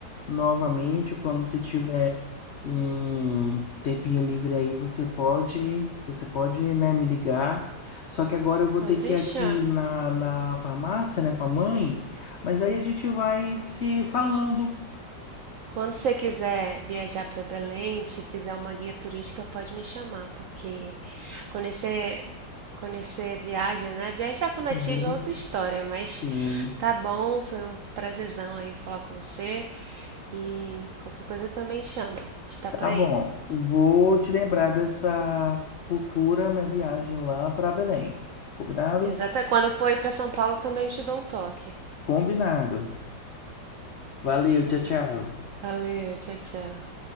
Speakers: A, on the left; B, on the right.
A: Novamente, quando você tiver um tempinho livre aí, você pode, você pode, né, me ligar. Só que agora eu vou
B: Pode
A: ter que
B: deixar.
A: ir aqui na, na farmácia, né, com a mãe. Mas aí a gente vai se falando.
B: Quando você quiser viajar para Belém, se quiser uma guia turística, pode me chamar, porque conhecer, conhecer viagem, né? Viajar com nativo
A: Sim,
B: é outra história, mas
A: sim.
B: tá bom, foi um prazerzão aí falar com você. E qualquer coisa também chama. A gente tá
A: Tá
B: por aí.
A: bom. Vou te lembrar dessa futura, né, viagem lá para Belém. Combinado?
B: Exata. Quando eu for aí para São Paulo, também te dou um toque.
A: Combinado. Valeu, tchau, tchau.
B: Valeu, tchau, tchau.